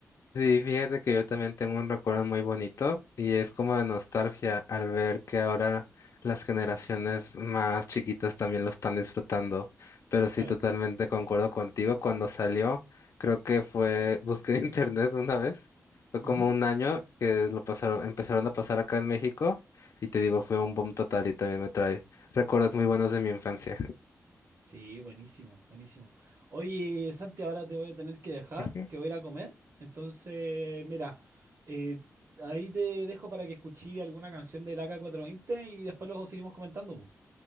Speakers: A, on the left (about 60°); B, on the right (about 50°).
A: Sí, fíjate que yo también tengo un recuerdo muy bonito y es como de nostalgia al ver que ahora las generaciones más chiquitas también lo están disfrutando. Pero sí,
B: Claro.
A: totalmente concuerdo contigo. Cuando salió, creo que fue, busqué en <laughs> internet una vez, fue
B: Ujú.
A: como un año que lo pasaron, empezaron a pasar acá en México y te digo, fue un boom total y también me trae recuerdos muy buenos de mi infancia.
B: Sí, buenísimo, buenísimo. Oye, Santi, ahora te voy a tener que dejar,
A: <laughs>
B: que voy a ir a comer. Entonces, mira, eh, ahí te dejo para que escuché alguna canción del ak veinte y después luego seguimos comentando. po.